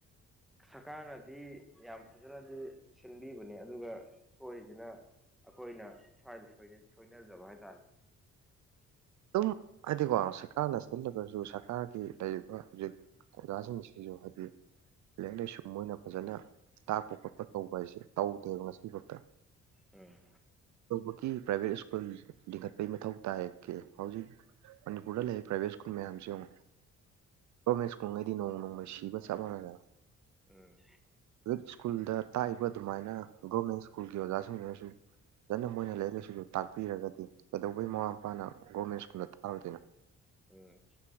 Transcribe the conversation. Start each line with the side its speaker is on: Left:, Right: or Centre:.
Centre: ꯁꯔꯀꯥꯔꯅꯗꯤ ꯌꯥꯝ ꯐꯖꯅꯗꯤ ꯁꯤꯟꯕꯤꯕꯅꯤ ꯑꯗꯨꯒ ꯁꯣꯏꯔꯤꯁꯤꯅ ꯑꯩꯈꯣꯏꯅ ꯁ꯭ꯋꯥꯏꯗ ꯁꯣꯏꯅꯖꯕ ꯍꯥꯏꯇꯥꯔꯦ
Right: ꯑꯗꯨꯝ ꯍꯥꯏꯗꯤꯀꯣ ꯁꯔꯀꯥꯔꯅ ꯁꯣꯟꯖꯒꯔꯁꯨ ꯁꯔꯀꯥꯔꯒꯤ ꯂꯩꯔꯤꯕ ꯍꯧꯖꯤꯛ ꯑꯣꯖꯥꯁꯤꯡꯁꯤꯁꯨ ꯍꯥꯏꯗꯤ ꯂꯥꯏꯔꯤꯛ ꯂꯥꯏꯁꯨ ꯃꯣꯏꯅ ꯐꯖꯅ ꯇꯥꯛꯄ ꯈꯣꯠꯄ ꯇꯧꯕ ꯍꯥꯏꯁꯦ ꯇꯧꯗꯦꯕ ꯉꯁꯤ ꯐꯥꯎꯛꯇ
Centre: ꯎꯝ
Right: ꯀꯩꯇꯧꯕꯒꯤ ꯄ꯭ꯔꯥꯏꯚꯦꯠ ꯁ꯭ꯀꯨꯜ ꯂꯤꯡꯈꯠꯄꯒꯤ ꯃꯊꯧ ꯇꯥꯒꯦ ꯍꯧꯖꯤꯛ ꯃꯅꯤꯄꯨꯔꯗ ꯂꯩꯔꯤꯕꯥ ꯄ꯭ꯔꯥꯏꯕꯦꯠ ꯁ꯭ꯀꯨꯜ ꯃꯌꯥꯝꯁꯤ ꯌꯦꯡꯎ ꯒꯣꯔꯃꯦꯟ ꯁ꯭ꯀꯨꯜꯉꯩꯗꯤ ꯅꯣꯡ ꯅꯣꯡꯃ ꯁꯤꯕ ꯆꯞ ꯃꯥꯟꯅꯔꯦ
Centre: ꯎꯝ
Right: ꯄꯔꯥꯏꯚꯦꯠ ꯁ꯭ꯀꯨꯜꯗ ꯇꯥꯛꯏꯕ ꯑꯗꯨꯃꯥꯏꯅ ꯒꯣꯔꯃꯦꯟꯠ ꯁ꯭ꯀꯨꯜꯒꯤ ꯑꯣꯖꯥꯁꯤꯡꯗꯨꯅꯁꯨ ꯐꯖꯅ ꯃꯣꯏꯅ ꯂꯥꯏꯔꯤꯛ ꯂꯥꯏꯁꯨꯗꯣ ꯇꯥꯛꯄꯤꯔꯒꯗꯤ ꯀꯩꯗꯧꯕꯩ ꯃꯃꯥ ꯃꯄꯥꯅ ꯒꯣꯔꯃꯦꯟ ꯁꯀꯨꯜ ꯊꯔꯣꯏꯗꯔ꯭ꯤꯅꯦ
Centre: ꯎꯝ <unintelligible>